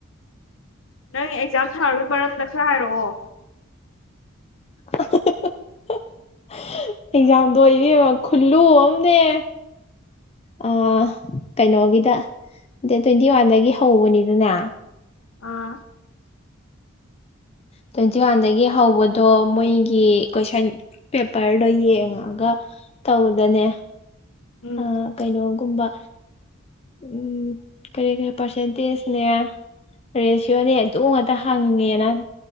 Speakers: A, on the left; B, on the left.
A: ꯅꯪ ꯑꯦꯛꯖꯥꯝ ꯊꯥꯔꯒꯤ ꯃꯔꯝꯗ ꯈꯔ ꯍꯥꯏꯔꯛꯑꯣ꯫
B: <unintelligible> ꯑꯦꯡꯖꯥꯝꯗꯣ ꯑꯣꯏꯕꯤꯕ ꯈꯨꯜꯂꯨ ꯑꯃꯅꯦ꯫ ꯑꯥ ꯀꯩꯅꯣꯒꯤꯗ ꯗꯦꯠ ꯇ꯭ꯋꯦꯟꯇꯤ ꯋꯥꯟꯗꯒꯤ ꯍꯧꯕꯅꯤꯗꯅ꯫
A: ꯑꯥ꯫
B: ꯇ꯭ꯋꯦꯟꯇꯤ ꯋꯥꯟꯗꯒꯤ ꯍꯧꯕꯗꯣ ꯃꯣꯏꯒꯤ ꯀꯣꯏꯁꯟ ꯄꯦꯄꯔꯗꯣ ꯌꯦꯡꯉꯒ ꯇꯧꯗꯅꯦ
A: ꯎꯝ
B: ꯑꯥ ꯀꯩꯅꯣꯒꯨꯝꯕ ꯎꯃ ꯀꯔꯤ ꯀꯔꯤ ꯄꯥꯔꯁꯦꯟꯇꯦꯖꯅꯦ ꯔꯦꯁꯤꯌꯣꯅꯦ ꯑꯗꯨ ꯉꯇ ꯍꯪꯉꯦꯅ